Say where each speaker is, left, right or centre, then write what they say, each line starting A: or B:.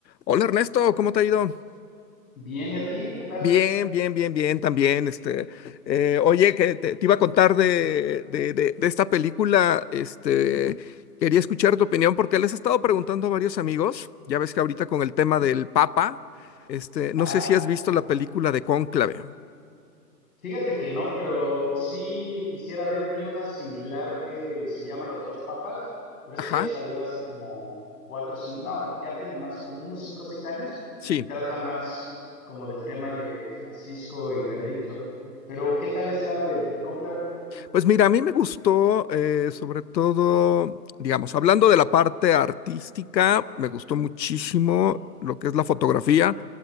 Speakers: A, on the left (about 80°); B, on the left (about 55°).
A: Hola Ernesto, ¿cómo te ha ido?
B: Bien, ¿y a ti? ¿Qué tal?
A: Bien, bien, bien, bien, también. Este, eh, oye, que te, te iba a contar de, de- de- de esta película. Este, quería escuchar tu opinión porque les he estado preguntando a varios amigos. Ya ves que ahorita con el tema del Papa, este, no
B: Ajá.
A: sé si has visto la película de Cónclave.
B: Fíjate que no, pero sí quisiera ver, vi una similar que se llama Los Dos Papas, pero esa
A: Ajá,
B: ya salió hace como cuatro, cinco, no, ya tiene más, como unos cinco o seis años,
A: sí.
B: y trata más como del tema de Francisco y Benedicto. Pero, ¿qué tal está la del cónclave
A: Pues mira, a mí me gustó, eh, sobre todo, digamos, hablando de la parte artística, me gustó muchísimo lo que es la fotografía,